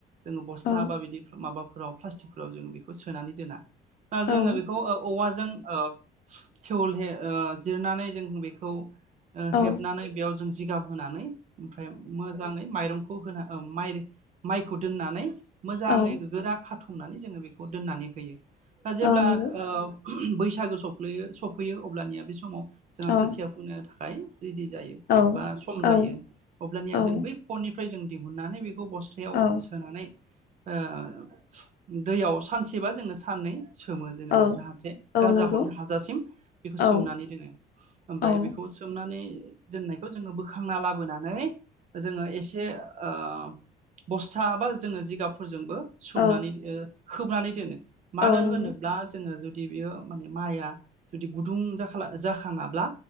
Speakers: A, on the right (about 45°); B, on the left (about 60°).
A: जोङो बस्था
B: औ
A: बा बिदि माबा फोराव प्लास्टिकफोराव जों बेखौ सोनानै दोना ओ
B: औ
A: जोङो बेखौ ओ औवाजो जों ओ थेवलहे ओ जिरनानै जों बेखौ ओ
B: औ
A: हेबनानै बेयाव जों जिगाब होनानै ओमफ्राय मोजाङै माइरं खौ होना ओ माइ माइखौ दोननानै मोजाङै
B: औ
A: गोरा खाथु मनानै जोङो बेखौ दोननानै होयो दा जेब्ला
B: औ नंगौ
A: ओ बैसागो सफ्लैयो सफैयो अब्लानिया बे समाव जोंहा
B: औ
A: खोथिया फोनो थाखाय रेदि जायो
B: औ
A: बा सम जायो
B: औ
A: अब्लानिया
B: औ
A: जों बै फननिफ्राय जों दिहुननानै बे खौ बस्थायाव
B: औ
A: सोनानै ओ दैयाव सानसेबा जोङो साननै सोमो जेनेबा
B: औ
A: जाहाथे
B: औ
A: गाजा
B: नंगौ
A: हरनो हाजासिम बेखौ
B: औ
A: सोमनानै दोनो ओमफ्राय
B: औ
A: बेखौ सोमनानै दोननायखौ जोङो बोखांना लाबोनानै जोङो एसे ओ बस्था बा जोङो जिगाबफोरजोंबो सोमनानै
B: औ
A: ओ खोबनानै दोनो मानो
B: औ नंगौ
A: होनोब्ला जोङो जु दि बेयो माने माइआ जुदि गुदुं जाखाला जाखाङाब्ला